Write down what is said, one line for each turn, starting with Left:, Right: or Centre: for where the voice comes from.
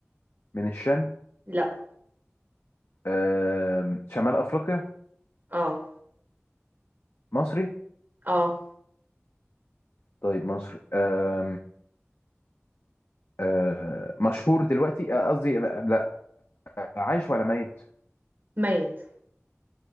Left: من الشام
Right: لا
Left: آه شمال أفريقيا
Right: اه
Left: مصري
Right: اه
Left: طيب مصري أم أه مشهور دلوقتي آه، قصدي لا عايش ولا ميت
Right: ميت